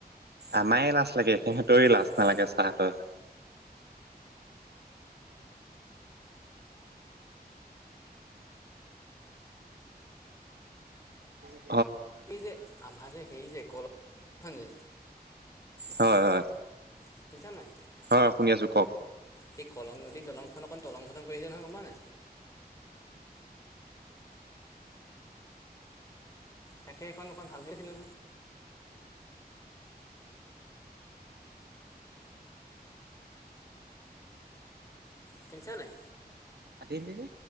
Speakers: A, on the right; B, on the left.
A: আমাৰে লাজ লাগে সিহঁতৰে লাজ নালাগে চাৰহতৰ। আহ।
B: এই যে আমাৰ যে সেই যে কখন <unintelligible> যে
A: হয়-হয়।
B: শুনিছা নাই?
A: অ শুনি আছো কওক।
B: এই কলং নদীৰ দলংখন অকণ টলং-ফটং কৰিছে নহয় গম পাৱ নাই? তাকে এখন অকন ভাল কৰি দিলে। শুনিছ নাই?
A: কাটিয়ে দিলি যে